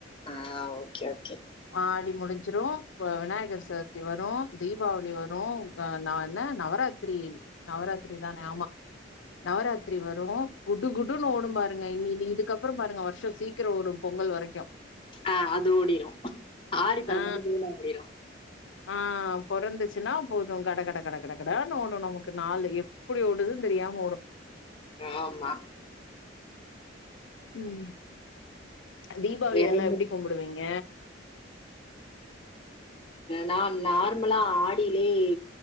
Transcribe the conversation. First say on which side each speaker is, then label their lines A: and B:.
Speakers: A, on the left (about 30°); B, on the left (about 80°).
A: ஆ, ஓகே ஓகே
B: ஆடி முடிஞ்சிரும் இப்பௌ விநாயகர் சதூர் இது வரு தீபாவளி வரு ஆ ந என்ன நவராத்திரி நவராத்திரி தான ஆமா நவராத்திரி வரு குடு குடுன்னு ஓடும் பாருங்க இ நீ இதுக்கு அப்பறோம் பாருங்க வருஷோ சீக்கிர ஓடு பொங்கல் வரைக்கு
A: ஆ அது ஓடிரு ஆடி பெறந்தன்னைக்கு
B: ஆ
A: வெயில்லா போயிரு
B: ஆ பொறந்துச்சுன்னா போது கட கட கட கட கட... சட்டுனு ஓடு நமக்கு நாலு எப்டி ஓடுதுன்னு தெரியாம ஓடு
A: ஆமா
B: உம் தீபாவளிய
A: வேற
B: எல்லா
A: என்ன?
B: எப்டி கும்பிடுவீங்க..
A: நா நார்மலா ஆடியிலேயே